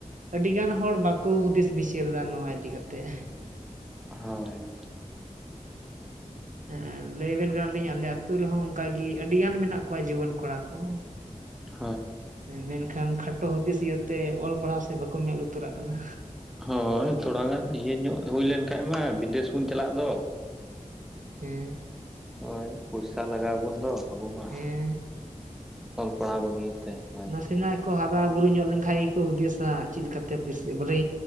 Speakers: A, on the right (about 70°); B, in the centre.
A: ᱟᱹᱰᱤᱜᱟᱱ ᱦᱚᱲ ᱵᱟᱠᱚ ᱦᱩᱫᱤᱥ ᱵᱤᱪᱟᱹᱨ ᱫᱟ ᱱᱚᱣᱟ ᱤᱫᱤ ᱠᱟᱛᱮᱫ
B: ᱦᱳᱭ
A: ᱮᱼᱮ ᱞᱟᱹᱭ ᱟᱵᱮᱱ ᱠᱟᱱᱟᱞᱤᱧ ᱟᱞᱮ ᱟᱹᱛᱩ ᱨᱮᱦᱚᱸ ᱚᱱᱠᱟᱜᱮ ᱟᱹᱰᱤᱜᱟᱱ ᱢᱮᱱᱟᱜ ᱠᱚᱣᱟ ᱡᱩᱣᱟᱹᱱ ᱠᱚᱲᱟ ᱠᱚ
B: <inaudible>
A: ᱮᱸ ᱢᱮᱱᱠᱷᱟᱱ ᱠᱷᱟᱴᱚ ᱦᱩᱫᱤᱥ ᱤᱭᱟᱹᱛᱮ ᱚᱞ ᱯᱟᱲᱦᱟᱣ ᱥᱮ ᱵᱟᱠᱚ ᱢᱮᱫ ᱞᱩᱛᱩᱨᱟᱜ ᱠᱟᱱᱟ
B: ᱦᱚᱭ ᱛᱷᱚᱲᱟ ᱜᱟᱱ ᱤᱭᱟᱹ ᱧᱚᱜ ᱦᱩᱭ ᱞᱮᱱ ᱠᱷᱟᱱᱡ ᱢᱟ ᱵᱤᱫᱮᱥ ᱵᱚᱱ ᱪᱟᱞᱟᱜ ᱫᱚ
A: ᱦᱮᱸ
B: ᱦᱳᱭ ᱯᱚᱭᱥᱟ ᱞᱟᱜᱟᱣ ᱟᱵᱚᱱ ᱫᱚ ᱟᱵᱚ ᱢᱟ
A: ᱦᱮᱸ
B: ᱚᱞ ᱯᱟᱲᱦᱟᱣ ᱵᱟᱹᱜᱤ ᱛᱮ ᱦᱳ
A: ᱱᱟᱥᱮᱱᱟᱜ ᱠᱚ ᱦᱟᱨᱟ ᱵᱩᱨᱩ ᱧᱚᱜ ᱞᱮᱱᱠᱷᱟᱡ ᱜᱮᱠᱚ ᱦᱩᱫᱤᱥᱟ ᱪᱮᱫ ᱞᱮᱠᱟᱛᱮ ᱵᱚᱞᱮ